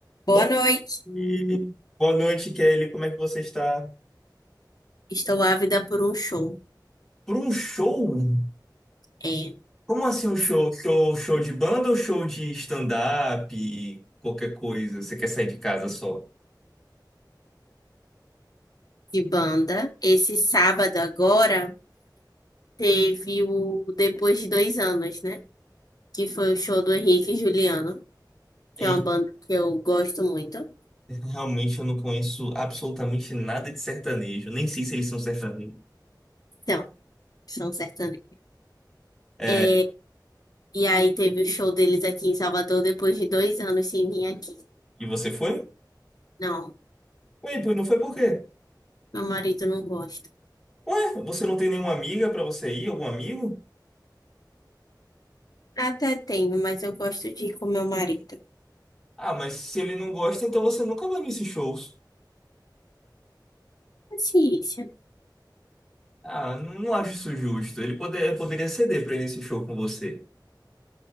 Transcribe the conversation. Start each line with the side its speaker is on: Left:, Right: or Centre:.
Left: Boa
Centre: Bom
Left: noite.
Centre: dia. Boa noite, Kelly. Como é que você está?
Left: Estou ávida por um show.
Centre: Por um show?
Left: É,
Centre: Como assim um show? Show, show de banda ou show de stand-up? Qualquer coisa. Você quer sair de casa só?
Left: de banda. Esse sábado agora teve o Depois de Dois Anos, né? Que foi o show do Henrique e Juliano, que
Centre: Hein?
Left: é uma banda que eu gosto muito.
Centre: Realmente eu não conheço absolutamente nada de sertanejo. Nem sei se eles são sertanejos.
Left: Então, são sertanejos.
Centre: É,
Left: É, e aí teve o show deles aqui em Salvador depois de dois anos sem vir aqui.
Centre: E você foi?
Left: Não,
Centre: Ué, pois não foi por quê?
Left: meu marido não gosta.
Centre: Ué, você não tem nenhuma amiga pra você ir? Algum amigo?
Left: Até tenho, mas eu gosto de ir com meu marido.
Centre: Ah, mas se ele não gosta, então você nunca vai nesses shows.
Left: Paciência.
Centre: Ah, não não acho isso justo. Ele poder, poderia ceder pra ir nesse show com você.